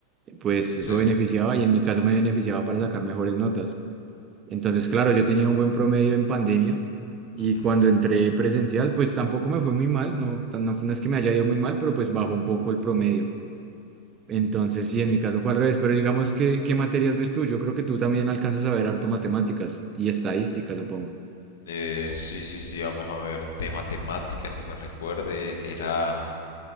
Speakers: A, on the right; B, on the left.
A: pues
B: Sí.
A: eso beneficiaba, y en mi caso me beneficiaba para sacar mejores notas. Entonces, claro, yo tenía un buen promedio en pandemia, y
B: Ujú.
A: cuando entré presencial, pues tampoco me fue muy mal, no, tan- no, no es que me haya ido muy mal, pero pues bajó un poco el promedio. Entonces, sí, en mi caso fue al revés, pero digamos qué ¿qué materias ves tú? Yo creo que tú también alcanzas a ver harto matemáticas y estadísticas, supongo.
B: Eh, sí, sí, sí, vamos a ver. De matemáticas que me recuerde era